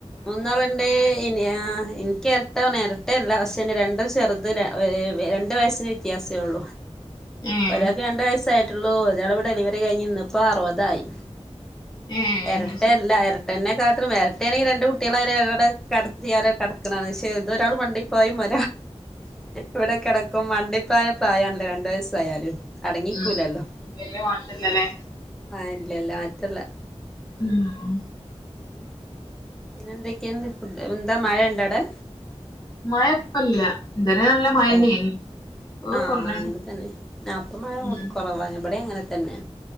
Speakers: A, in the centre; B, on the left.
A: മൂന്നാള്ണ്ട് ഇനി ആഹ് എനി ക്ക് എരട്ട എരട്ടേല്ല പക്ഷെ രണ്ടും ചെറുത് ഏ രണ്ട് വയസ്സിന് വ്യത്യാസേ ഒള്ളു
B: ഏഹ്
A: ഒരാക്കെ രണ്ട് വയസ്സായിട്ടുള്ളൂ ഒയാള് ഡെലിവറി കഴിഞ്ഞ് ഇന്നിപ്പോ അറുപതായി
B: ഏഹ്
A: എരട്ടല്ല
B: അത് ശരി
A: എര ട്ടെന്നെ കാട്ടും വെരട്ടേണെങ്കി രണ്ട് കുട്ടിയളരെ അവടെ കടത്തിയാല് കെടക്കണാണ് പക്ഷേ ഇതുവരെ ഓ ള് മണ്ടിപ്പായും മ ഇവ്ടെ കെടക്കും മണ്ടിപായ പ്രായാ ണല്ലെ രണ്ടു വയസ്. തായാലും അടങ്ങിക്കൂലല്ലോ
B: ഉം വല്യ മാറ്റല്ലല്ലേ
A: ആഹ് ഇല്ല ഇല്ല മാറ്റല്ല.
B: ഉം
A: ഉം പിന്നെ എന്തെക്കെണ്ട് എന്താ മഴ ഇണ്ടാവ്ടെ.
B: മഴപ്പല്ല ഇതരെ നല്ല മഴന്നേനി
A: ഏഹ്
B: ഇപ്പൊ
A: ആഹ്
B: കൊറഞ്ഞാണ്
A: അങ്ങനെ തന്നെ അപ്പ മഴ
B: ഉം
A: കൊറവാ ഇബടെ അങ്ങനെ തന്നെ